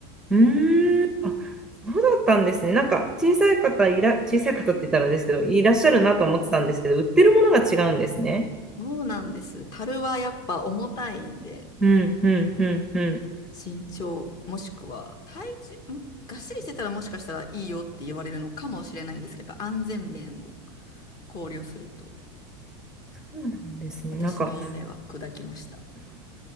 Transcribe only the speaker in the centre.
うーん、あ、そうだったんですね。なんか、小さい方いら、小さい方って言ったらあれですけど、いらっしゃるなと思ってたんですけど、売ってるものが違うんですね。
うん、うん、うん、うん。
そうなんですね。
なんか、